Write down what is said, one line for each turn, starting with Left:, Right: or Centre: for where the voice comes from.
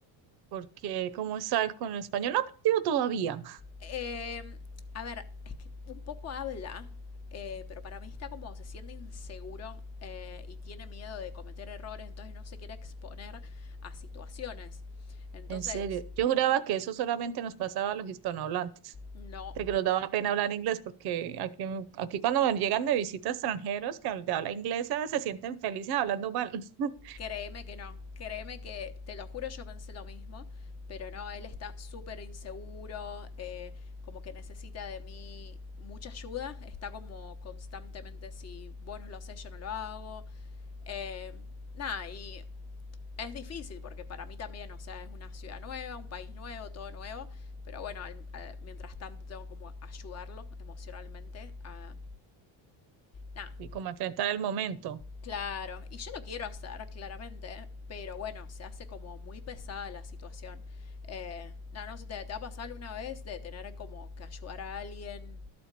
Right: Porque, ¿cómo estás con el español? No he aprendido todavía.
Left: Eh, a ver, es que un poco habla, eh, pero para mí está como se siente inseguro eh, y tiene miedo de cometer errores, entonces no se quiere exponer a situaciones. Entonces,
Right: En serio. Yo juraba que eso solamente nos pasaba a los hispanohablantes.
Left: no,
Right: De que nos daba pena hablar inglés porque aquí, aquí cuando me llegan de visita extranjeros que habl- de habla inglesa se sienten felices hablando mal. <laughs>
Left: créeme que no, créeme que, te lo juro, yo pensé lo mismo, pero no, él está súper inseguro, eh, como que necesita de mí mucha ayuda, está como constantemente, si vos no lo sé, yo no lo hago. Eh, nada, y Es difícil porque para mí también, o sea, es una ciudad nueva, un país nuevo, todo nuevo, pero bueno, al- al- mientras tanto tengo como ayudarlo emocionalmente a... Nada,
Right: Y como enfrentar el momento.
Left: claro, y yo lo quiero hacer claramente, pero bueno, se hace como muy pesada la situación. Eh, nada, no sé, ¿te, te ha pasado alguna vez de tener como que ayudar a alguien